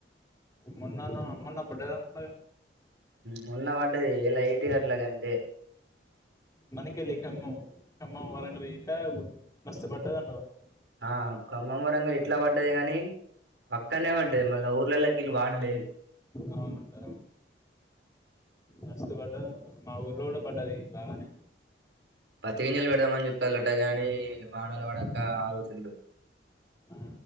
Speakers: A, on the left; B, on the right.
A: మొన్నన్నా ను మొన్న బడ్డ కదా
B: మొన్న బడ్డాయ్ ఎలాయిట్ గట్లా అంతే
A: మణికెల్లి కమ్మం వరంగల్ ఇట మస్తుపడ్డదంట కదా
B: ఆ ఖమ్మం వరంగల్ ఇట్లా పడ్డది గాని పక్కనే పడ్డది మళ్ళా ఊర్లలోకిీళ్ళు వాడలేదు
A: అవున మస్తు పడ్డది మా ఊర్లో కూడా పడ్డది బాగానే
B: పత్తి గింజాలు పెడదామని చుస్తాలట గాని వానలు పడక ఆవుచుల్ళు
A: ఆ,